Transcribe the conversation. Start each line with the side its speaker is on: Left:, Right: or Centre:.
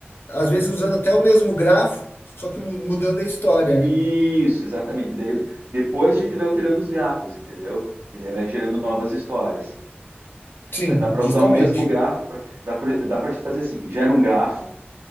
Left: às vezes usando até o mesmo grafo, só que mu- mudando a história,
Right: Isso,
Left: né?
Right: exatamente. Daí, depois a gente vai alterando os grafos, entendeu? E daí vai gerando novas histórias.
Left: Sim,
Right: Mas dá para
Left: justamente.
Right: usar o mesmo grafo, pra, dá para dá para gente fazer assim, que gera um grafo